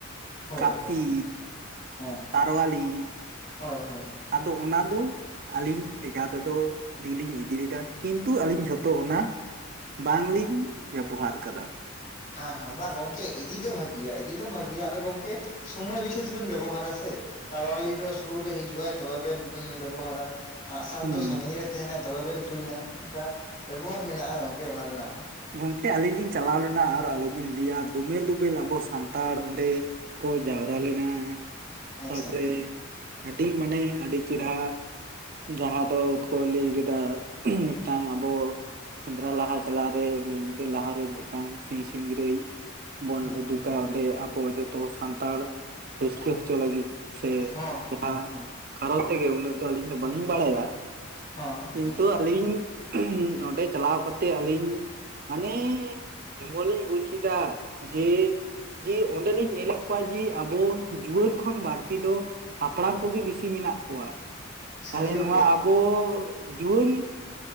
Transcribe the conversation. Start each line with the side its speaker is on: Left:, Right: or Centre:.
Left: ᱦᱳᱭ
Right: ᱠᱟᱯᱤ,
Left: ᱦᱳᱭ ᱦᱮᱸ
Right: ᱛᱟᱨᱣᱟᱞᱤ,
Left: ᱦᱳᱭ ᱦᱳᱭ
Right: ᱟᱫᱚ ᱚᱱᱟ ᱫᱚ ᱟᱞᱤᱧ ᱮᱠᱟᱞ ᱛᱮᱫᱚ ᱰᱤᱞᱤᱧ ᱤᱫᱤ ᱞᱮᱫᱟ ᱠᱤᱱᱛᱩ ᱟᱹᱞᱤᱧ ᱡᱷᱚᱛᱚ ᱚᱱᱟ ᱵᱟᱝ ᱞᱤᱧ ᱵᱮᱵᱚᱦᱟᱨ ᱟᱠᱟᱫᱟ
Left: ᱦᱟᱸ ᱦᱟᱸ ᱵᱟᱝ ᱜᱚᱢᱠᱮ ᱤᱫᱤ ᱫᱚ ᱵᱷᱟ ᱜᱤᱭᱟ ᱤᱫᱤ ᱫᱚ ᱵᱷᱟᱜᱤᱭᱟ ᱟᱫᱚ ᱜᱚᱢᱠᱮ ᱥᱚᱢᱚᱭ ᱵᱤᱥᱮᱥ ᱵᱮᱱ ᱵᱮᱵᱚᱦᱟᱨ ᱟ ᱥᱮ ᱛᱟᱲᱣᱟᱲᱤ ᱫᱚ ᱥᱩᱨ ᱨᱮ ᱦᱤᱡᱩᱜ ᱟᱭ ᱛᱚᱵᱮ ᱵᱮᱱ ᱵᱮᱵᱚᱦᱟᱨᱟ ᱟᱸᱜ ᱥᱟᱨ
Right: ᱦᱩᱸ
Left: ᱫᱚ ᱥᱟᱺᱜᱤᱧ ᱨᱮ ᱛᱟᱦᱮᱱᱟᱭ ᱛᱚᱵᱮ ᱵᱮᱱ ᱛᱩᱧᱟ ᱚᱱᱠᱟ ᱵᱮᱵᱚᱦᱟᱨ ᱢᱮᱱᱟᱜᱼᱟ ᱜᱚᱝᱠᱮ ᱚᱱᱟ ᱨᱮᱱᱟᱜ ᱦᱚᱸ
Right: ᱜᱚᱢᱠᱮ ᱟᱞᱤᱧ ᱪᱟᱞᱟᱣ ᱞᱮᱱᱟ ᱟᱨ ᱟᱞᱚᱵᱤᱱ ᱞᱟᱹᱭᱟ ᱫᱩᱢᱮᱞ ᱫᱩᱢᱮᱞ ᱟᱵᱚ ᱥᱟᱱᱛᱟᱲ ᱚᱸᱰᱮ ᱠᱚ ᱡᱟᱣᱨᱟ ᱞᱮᱱᱟ,
Left: ᱟᱪᱪᱷᱟ
Right: ᱛᱟᱯᱚᱨᱮ ᱟᱹᱰᱤ ᱢᱟᱱᱮ ᱟᱹᱰᱤ ᱪᱮᱨᱦᱟ ᱡᱟᱦᱟᱸ ᱫᱚ ᱠᱚ ᱞᱟᱹᱭ ᱠᱮᱫᱟ ᱢᱤᱫᱴᱟᱝ ᱟᱵᱚ ᱥᱮᱸᱫᱽᱨᱟ ᱞᱟᱦᱟ ᱪᱟᱞᱟᱨᱮ ᱢᱤᱫ ᱧᱤᱫᱟᱹ ᱞᱟᱦᱟᱨᱮ ᱢᱤᱫᱴᱟᱝ ᱥᱤᱝ ᱥᱤᱝᱨᱟᱹᱭ ᱵᱚᱱ
Left: ᱦᱮᱸ
Right: ᱩᱫᱩᱜ ᱠᱟ ᱚᱸᱰᱮ ᱟᱵᱚ ᱡᱚᱛᱚ ᱥᱟᱱᱛᱟᱲ ᱨᱟᱹᱥᱠᱟᱹ ᱦᱚᱪᱚ ᱞᱟᱹᱜᱤᱫ ᱥᱮ
Left: ᱦᱚᱸ
Right: ᱡᱟᱦᱟᱸ
Left: ᱦᱚᱸ ᱦᱚᱸ
Right: ᱠᱟᱨᱚᱱ ᱛᱮᱜᱮ ᱩᱱᱟᱹᱜ ᱫᱚ ᱟᱹᱞᱤᱧ ᱫᱚ ᱵᱟᱹᱞᱤᱧ ᱵᱟᱲᱟᱭᱟ
Left: ᱦᱚᱸ
Right: ᱠᱤᱱᱛᱩ
Left: ᱦᱚᱸ
Right: ᱟᱹᱞᱤᱧ ᱚᱸᱰᱮ ᱪᱟᱞᱟᱣ ᱠᱟᱛᱮᱜ ᱟᱹᱞᱤᱧ ᱢᱟᱱᱮ ᱮᱢᱚᱱ ᱞᱤᱧ ᱵᱩᱡᱽ ᱮᱫᱟ ᱡᱮ ᱡᱮ ᱚᱸᱰᱮᱞᱤᱧ ᱧᱮᱞᱮᱫ ᱠᱚᱣᱟ ᱡᱮ ᱟᱵᱚ ᱡᱩᱣᱟᱹᱱ ᱠᱷᱚᱱ ᱵᱟᱲᱛᱤ ᱫᱚ ᱦᱟᱯᱲᱟᱢ ᱠᱚᱜᱮ ᱵᱮᱥᱤ ᱢᱮᱱᱟᱜ ᱠᱚᱣᱟ
Left: ᱥᱟᱹᱨᱤ
Right: ᱛᱟᱦᱚᱞᱮ
Left: ᱜᱚᱝᱠᱮ
Right: ᱱᱚᱣᱟ ᱟᱵᱚ ᱡᱩᱣᱟᱹᱱ